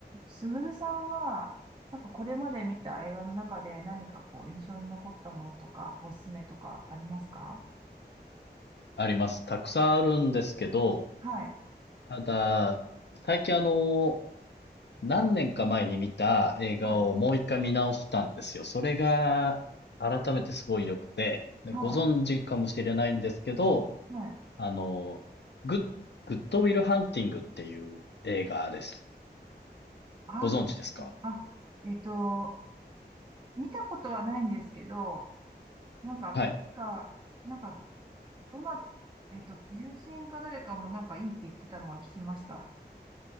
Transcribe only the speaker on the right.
スグルさんはなんかこれまで見た映画の中で何かこう印象に残ったものとかおすすめとかありますか？
はい
はい
はいはい
あ
ああえっと見たことはないんですけどなんか確かなんか
どなえっと友人か誰かもなんかいいって言ってたのが聞きました。